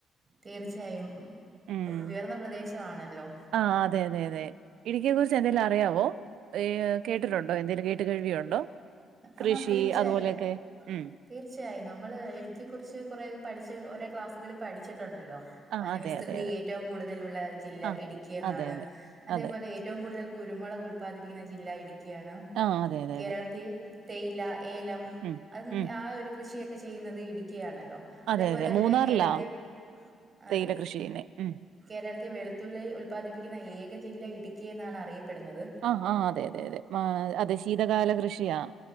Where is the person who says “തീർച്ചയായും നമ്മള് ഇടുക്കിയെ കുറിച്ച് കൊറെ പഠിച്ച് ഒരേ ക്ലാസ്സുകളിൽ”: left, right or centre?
Right